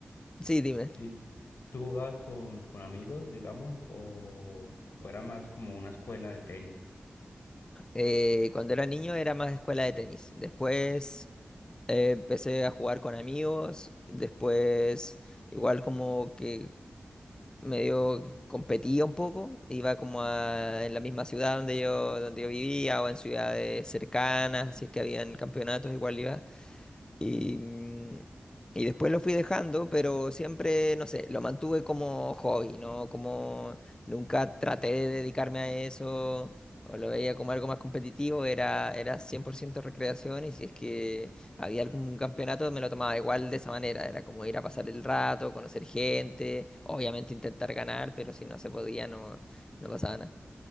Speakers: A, on the left; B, on the left.
A: sí, dime.
B: y tú jugabas con, con amigos, digamos, o, o era más como una escuela de tenis?
A: Eh, cuando era niño era más escuela de tenis. Después eh, empecé a jugar con amigos. Después igual como que medio competía un poco. Iba como a, en la misma ciudad donde yo, donde yo vivía o en ciudades cercanas. Si es que habían campeonatos, igual iba. Y, mm, y después lo fui dejando, pero siempre, no sé, lo mantuve como hobby, ¿no? Como nunca traté de dedicarme a eso o lo veía como algo más competitivo, era, era 100% recreación y si es que había algún campeonato me lo tomaba igual de esa manera, era como ir a pasar el rato, conocer gente, obviamente intentar ganar, pero si no se podía no, no pasaba nada.